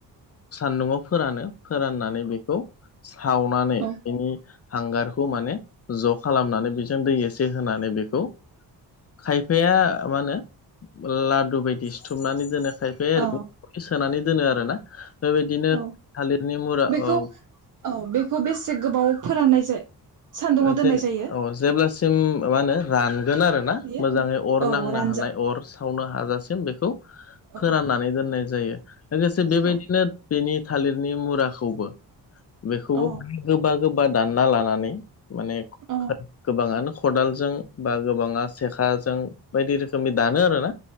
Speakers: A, on the left; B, on the right.
A: सान्दुंआव फोरानो फोराननानै बेखौ सावनानै
B: औ
A: बेनि हांगारखौ माने ज' खालामनानै बेजों दै एसे होनानै बेखौ खायफाया मा होनो लादु बायदि सिथुमनानै दोनो खायफाया ओरैनो
B: औ
A: सोनानै दोनो आरोना बेबायदिनो
B: औ
A: थालिरनि मुरा
B: बेखौ
A: औ
B: औ बेखौ बेसे गोबाव फोराननाय जा सान्दुङाव
A: जेन
B: दोननाय जायो?
A: औ जेब्लासिम मा होनो रानगोन आरोना
B: बेयो
A: मोजाङै अर
B: औ
A: नांनो
B: रानजा
A: हानाय अर सावनो हाजासिम बेखौ
B: औ
A: फोराननानै दोननाय जायो लोगोसे बेबायदिनो
B: औ
A: बेनि थालिरनि मुराखौबो बेखौबो
B: औ
A: गोबा गोबा दानना लानानै माने
B: औ
A: खो गोबाङानो खदालजों बा गोबाङा सेखाजों बायदि रोखोमनि दानो आरोना